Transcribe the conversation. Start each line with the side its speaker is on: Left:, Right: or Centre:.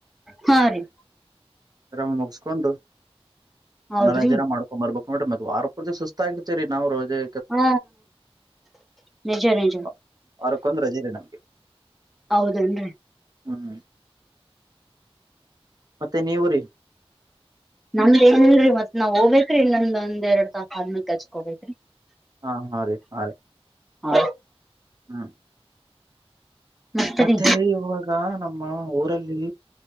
Centre: ಹಾ ರೀ
Right: ರಾಮ ಮುಗಸ್ಕೊಂಡು
Centre: ಹೌದ್ರಿ
Right: ಮನೋರಂಜನೆ ಮಾಡ್ಕೊಂಡ್ಂಬರ್ಬೇಕ ಮೋಟ್ರೆ ಮತ್ತ ವಾರ ತಿ ಸುಸ್ತ ಆಗಿರ್ತತಿರಿ ನಾವು ರಜೆ
Centre: ಹ್ಮ ನಿಜ ನಿಜ
Right: ವಾ- ವಾರಕ್ಕೊಂದ್ ರಜೆ ರೀ ನಮ್ಗೆ
Centre: ಹೌದೇನ್ರಿ
Right: ಹ್ಮ್ ಮತ್ತೆ ನೀವು ರಿ
Centre: ನಮ್ದ್ ನ್ನಲ್ರರಿ ಮತ್ ನಾವ್ ಹೋಗ್ತ್ರಿ ಇನ್ನಮ್ ಒಂದ್ ಎರಡ್ ತಾಸ ಆದ್ಮ ಕಚ್ಕೋತ್ರಿ
Right: ಹಾ ಹ ರೀ ಹ ರೀ
Centre: ಹಾ
Right: ಹ್ಮ
Centre: ಮತ್ತರಿ
Right: ಮತ್ತೆ ರ ಇವಾಗ ನಮ್ಮ ಊರಲ್ಲಿ